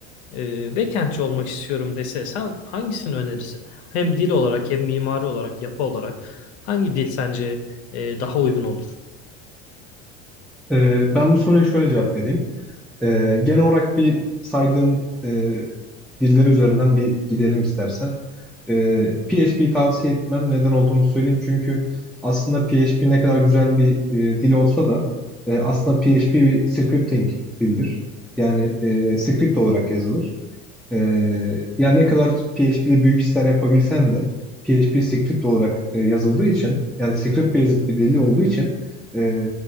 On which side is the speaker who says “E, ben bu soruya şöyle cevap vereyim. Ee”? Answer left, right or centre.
Centre